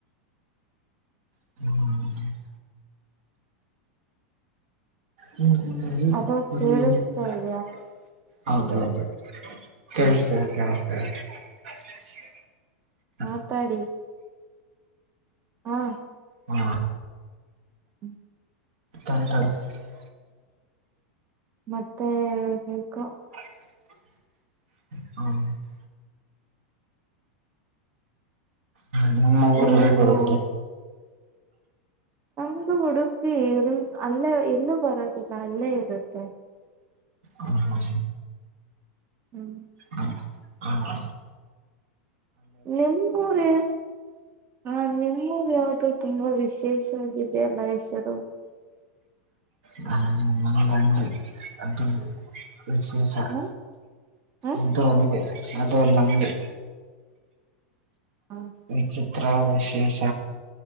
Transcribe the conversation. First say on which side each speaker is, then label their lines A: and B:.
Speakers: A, on the right; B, on the right.
A: ಹ್ಮ್ ಹ್ಮ್ ಹ
B: ಅದು ಕೇಳಿಸ್ತಾ
A: <inaudible>
B: ಇದೆಯಾ
A: ಹೌದೌದು <unintelligible> ಕೇಳ್ತಾ ಇದೆ ಕೇಳ್ತ ಇದೆ <unintelligible>
B: ಮಾತಾಡಿ ಹಾ
A: ಹ್ಮ
B: ಹ್ಮ
A: ತ ತಾಯ <unintelligible>
B: ಮತ್ತೆ ಹೇಳ್ಬೇಕು
A: <unintelligible> ಹ್ಮ ನಿಮ್ ಊರಲ್ಲಿ
B: ನೀವು
A: ಅಲ್ಲಿ ಬರುತ್ತೆ
B: ನಮ್ದು ಉಡುಪಿ ಎಲ್ ಅಲ್ಲೇ ಎಲ್ಲೂ ಬರೋದಿಲ್ಲ ಅಲ್ಲೇ ಇರುತ್ತೆ
A: ಹ ಹೌ
B: ಹ್ಮ್
A: ಹ ಹ್ಮ
B: ನಿಮ್ಮೂರೆ ಹಾ ನಿಮ್ಮೂರು ಯಾವುದು ತುಂಬಾ ವಿಶೇಷವಾಗಿದೆಯಲ್ಲ ಹೆಸರು.
A: ಹ್ಮ <unintelligible> ನ ಅ ವಿಶೇಷ
B: ಹ ಹ
A: ಅದು ಅಂಗೆ ಅದು ನಮಗೆ
B: ಹಾ
A: ವಿಚಿತ್ರ ವಿಶೇಷ